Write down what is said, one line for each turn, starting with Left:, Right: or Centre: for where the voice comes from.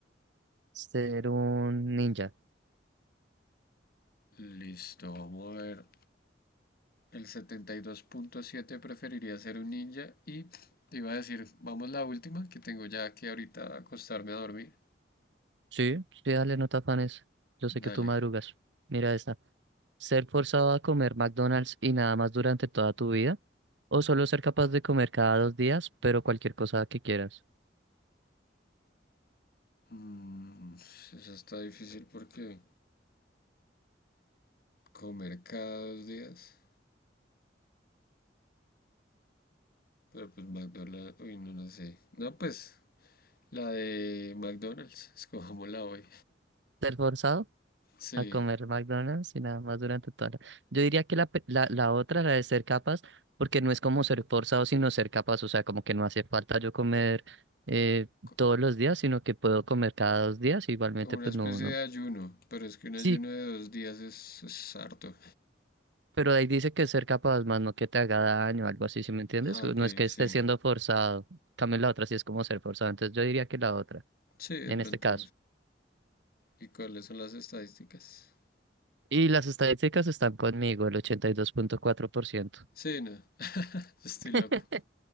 Right: Ser un ninja.
Left: Listo, vamos a ver. El setenta y dos punto siete preferiría ser un ninja y te iba a decir, vamos la última que tengo ya que ahorita acostarme a dormir.
Right: Sí, sí, dale, no te afanes. Yo
Left: Dale.
Right: sé que tú madrugas. Mira esta. ¿Ser forzado a comer McDonald's y nada más durante toda tu vida? ¿O solo ser capaz de comer cada dos días, pero cualquier cosa que quieras?
Left: Mm, eso está difícil porque comer cada dos días. Pero pues McDonald's, uy, no, no sé. No, pues la de McDonald's, <laughs> escojámosla hoy.
Right: ¿Ser forzado
Left: Sí,
Right: a comer McDonald's y nada más durante toda la... Yo diría que la, pe- la, la otra, la de ser capaz, porque no es como ser forzado, sino ser capaz. O sea, como que no hace falta yo comer eh,
Left: co-
Right: todos los días, sino que puedo comer cada dos días. Igualmente,
Left: como una
Right: pues
Left: especie
Right: no, no.
Left: de ayuno, pero es que un ayuno
Right: sí.
Left: de dos días es, es harto.
Right: Pero ahí dice que ser capaz, más no que te haga daño, algo así, ¿sí me entiendes?
Left: Ah,
Right: No
Left: ok,
Right: es que esté
Left: sí.
Right: siendo forzado. En Cambio la otra sí es como ser forzado. Entonces yo diría que la otra,
Left: Sí, de
Right: en
Left: pronto.
Right: este caso.
Left: ¿Y cuáles son las estadísticas?
Right: Y las estadísticas están conmigo, el 82.4%.
Left: Sí, no. <laughs> Yo Estoy
Right: <laughs>
Left: loco.